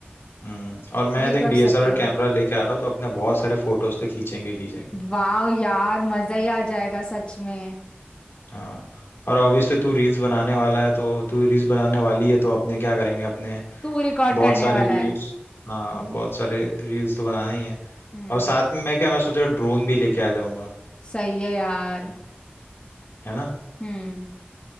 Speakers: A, on the left (about 80°); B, on the left (about 30°).
A: हम्म और मैं
B: ये
A: देख
B: कर
A: डीएसएलआर
B: सकते हैं
A: camera लेके आ रहा हूँ तो अपने बहुत सारे फोटोज तो खींचेंगे खींचेंगे
B: वाह यार मजा ही आ जाएगा सच में
A: हाँ और ऑब्वियसली तू रील्स बनाने वाला है तो तू रील्स बनाने वाली है तो अपने क्या करेंगे अपने
B: तू रिकॉर्ड
A: बहुत
B: करने
A: सारे
B: वाला
A: वीडियोस
B: है
A: हाँ बहुत सारे रील्स तो बनाने ही हैं
B: हम्म
A: और साथ में मैं क्या मैं सोच रहा ड्रोन भी लेके आ जाऊंगा
B: सही है यार
A: है ना
B: हम्म